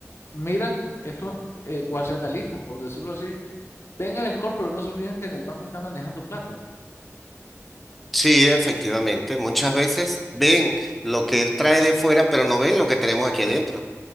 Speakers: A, on the left (about 55°); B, in the centre.
A: miran estos eh, cuasi analistas, por decirlo así, ven el score, pero no se fijan que en el banco está manejando plata.
B: Sí, efectivamente. Muchas veces ven lo que él trae de fuera, pero no ven lo que tenemos aquí adentro.